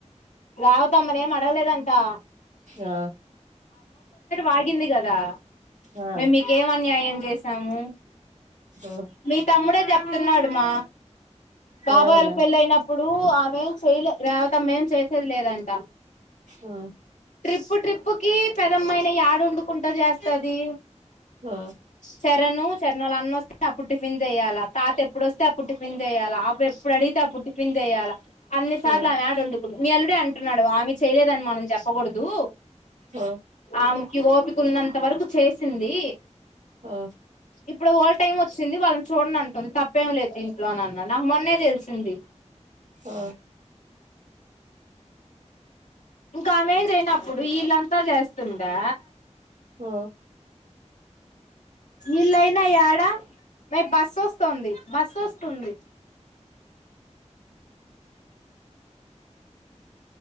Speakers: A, on the left; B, on the right.
A: రేవతమ్మనేం ఏం అడగలేదంటా
B: ఆ
A: వాగింది కదా
B: ఆ
A: మేము మీకేం అన్యాయం చేసాము
B: ఆ
A: మీ తమ్ముడే చెప్తున్నాడు మా బాబాయోళ్ళ
B: ఏమన్నా
A: పెళ్ళైనప్పుడు ఏం చేయలే రేవతమ్మేం చేసేది లేదంట
B: ఆ
A: ట్రిప్పు ట్రిప్పు కి పెదమ్మయిన ఏడ వండుకుంట చేస్తది
B: ఆ
A: చరణు చరణోళ్ళ అన్న వొస్ తే అప్పుడు టిఫిన్ చెయ్యాలా తాత ఎప్పుడొస్తే అప్పుడు టిఫిన్ చెయ్యాలా ఆ పిల్ల ఎప్పుడు అడిగితే అప్పుడు టిఫిన్ చెయ్యాలా అన్ని సార్లు
B: ఆ
A: ఆమె ఏడ వండుకు నీ అల్లుడే అంటున్నాడు ఆమె చేయలేదని మనం చెప్పకూడదు
B: ఆ
A: ఆమెకి ఓపికున్నంత వరకు చేసింది
B: ఆ
A: ఇప్పుడు వాళ్ళ టైం వచ్చింది వాళ్ళని చూడనంటుంది తప్పేం లేదు దిన్ ట్లో అని అన్న నాకు మొన్నే తెలిసింది
B: ఆ
A: ఇంకా ఆమేం చేయనప్పుడు వీళ్ళంతా చేస్తాండా
B: ఆ
A: ఈళ్ళైన యాడ మే బస్సో స్తుంది బస్సోస్తుంది